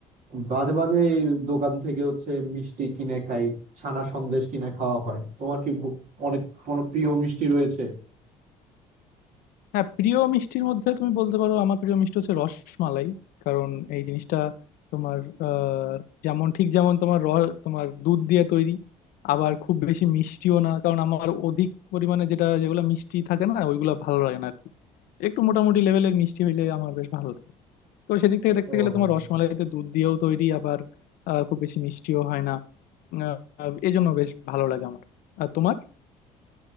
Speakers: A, on the right; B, on the left.
A: মাঝে মাঝে এই দোকান থেকে হচ্ছে মিষ্টি কিনে খাই ছানা সন্দেশ কিনে খাওয়া হয় তোমার কি ব- অনেক কোনো প্রিয় মিষ্টি রয়েছে
B: হ্যাঁ প্রিয় মিষ্টির মধ্যে তুমি বলতে পারো আমার প্রিয় মিষ্টি হচ্ছে রসমালাই কারণ এই জিনিসটা তোমার আহ যেমন ঠিক যেমন তোমার র তোমার দুধ দিয়ে তৈরি আবার খুব বেশি মিষ্টিও না কারণ আমার অধিক পরিমাণে যেটা যেগুলো মিষ্টি থাকে না ওইগুলো ভালো লাগে না আর কি একটু মোটামুটি লেভেলের মিষ্টি হইলে আমার বেশ ভালো লাগে তো সেদিক থেকে দেখতে
A: ও
B: গেলে তোমার রসমালাইতে দুধ দিয়েও তৈরি আবার আহ, খুব বেশি মিষ্টিও হয় না আহ, এই জন্য বেশ ভালো লাগে আমার আর তোমার